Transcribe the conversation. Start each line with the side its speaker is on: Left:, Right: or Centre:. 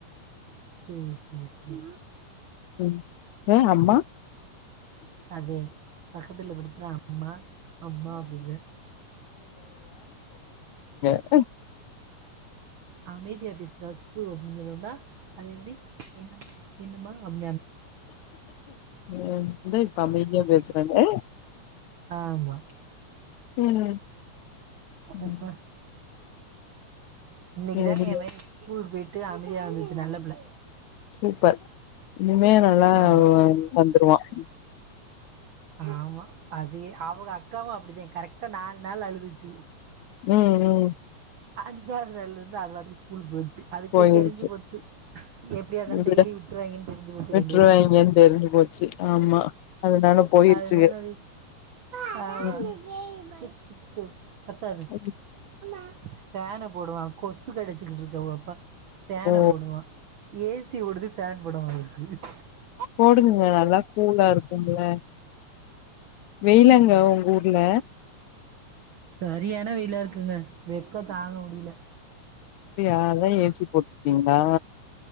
Right: செரி செரி சமாமா
Left: உம் ஹ அம்மா
Right: அதே பக்கத்துல விடுத்தறா அம்மா அம்மா அப்டினா
Left: ஆ
Right: அமைதியாபேஸ் ரஸ்ஸு <unintelligible> அது என்ன டி என்னம என்னமா அம்
Left: உன் தோ இப்போ அமைதியா பேச உஹ்ம்
Right: ஆமா
Left: ம்
Right: உஹும்
Left: ம்
Right: இன்னைக்கு
Left: சரிங்க
Right: தான் என் மெகன் ஸ்கூல் போயிட்டு அம் தெரியா வந்துச்சு நல்ல புள்ள
Left: சூப்பர் இனிமே நல்லா
Right: ஆமா
Left: வா வந்துருவான்
Right: ஆமா அதே அவங்க அக்காவும் அப்படிதான் கரெக்டா நாலு நாள் அழுதுச்சு
Left: ம் ம்
Right: அஞ்சாது நாள்ல இருந்து அதுார ஸ்கூலு போயது அதுக்கே
Left: போயிருச்சு
Right: தெரிஞ்சு போச்சு எப்டிய இருந்தாலும்
Left: விட
Right: டெய்லி விட்டுவாங்கன்னு தெரிஞ்சு போச்சு
Left: விட்டுருவாங்கன்னு
Right: ரெண்டு பேருக்கும்
Left: தெரிஞ்சு போச்சு ஆமா அதனால போயிருச்சுங்க
Right: அதனால அ ஆஹ்
Left: ம்
Right: சு கத்தாது
Left: ம்
Right: அம்மா ஃபனா போடுவா கொசு கடிச்சுகிட்டு இருக்க அப்பா ஃபேனா
Left: ஓ
Right: போடுவான் ஏசி ஓடுது ஃபேன் போடுவான் <inaudible>
Left: போடுதுங்க நல்லா கூலா இருக்குங்கள வெயிலாங்க உங்க ஊர்ல
Right: சரியான வெயில இருக்குங்க வெக்க தாங்க முடியல
Left: அப்டியா ஏசி போட்டிருக்கீங்களா